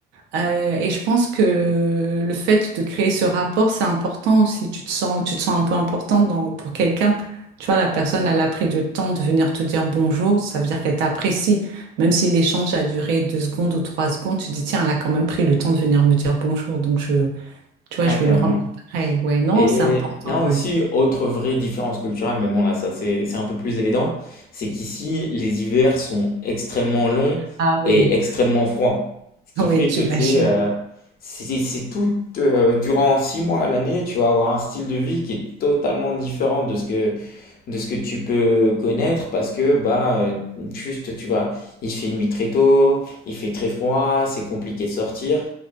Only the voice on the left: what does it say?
Ouais,
carrément.
Et
non,
aussi, autre vraie différence culturelle, mais bon, là, ça, c'est, c'est un peu plus évident, c'est qu'ici, les hivers sont extrêmement longs
et extrêmement froids. Ce qui
fait
que c'est euh, c'est c'est tout, euh, durant six mois à l'année, tu vas avoir un style de vie qui est totalement différent de ce que, de ce que tu peux connaître parce que, bah, euh, juste, tu vas, il fait nuit très tôt, il fait très froid, c'est compliqué de sortir.